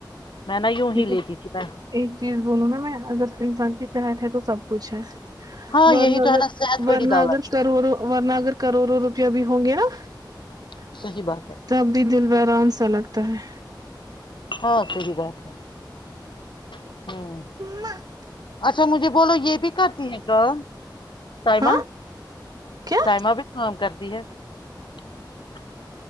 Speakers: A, on the left; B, on the right.
A: میں نا یوں
B: لیکن
A: ہی لیتی تھی میں
B: ایک چیز بولوں نا میں اگر انسان کے تت ہے تو سب کچھ ہے
A: ہاں
B: ورن
A: یہی تو
B: اگر
A: ہے نا صحت بڑی
B: ورنہ
A: دولت
B: اگر کروڑوں ورنہ اگر کروڑوں روپ بھی ہوں گے نا
A: ہے۔
B: <inaudible>
A: صحیح بات ہے
B: تب بھی دل برام سے اچھا لگتا ہے <inaudible>
A: ہاں <inaudible> صحی بات ہے <inaudible> ہوں
B: نہ <unintelligible>
A: اچھا مجھے بولو یہ بھی کرتی ہے <unintelligible> رم سائمہ
B: ہاں
A: <unintelligible>
B: کیا
A: سائمہ بھی سام کرتی ہے <unintelligible>